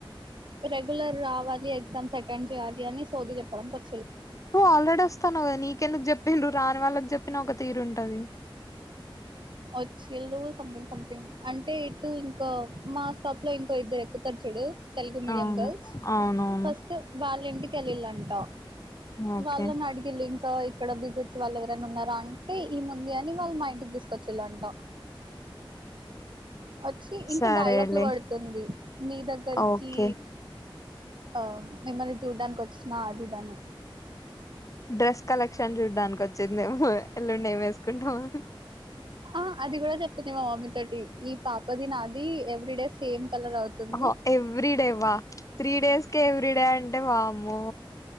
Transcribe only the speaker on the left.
నువ్ ఆల్రెడీ వస్తన్నవ్ కదా నీకెందుకు చెప్పిండ్లు రాని వాళ్ళకి చెప్పిన ఒక తీరు ఉంటది
అవును
అవునవును
ఓకే
సరేలే
ఓకే
డ్రెస్ కలెక్షన్ చూడ్డానికోచ్చిందేమో ఎల్లుండి ఏం వేసుకుంటామొ
అహొ ఎవ్రీ డే వా త్రీ డేస్కే ఎవ్రీ డే అంటే వామ్మొ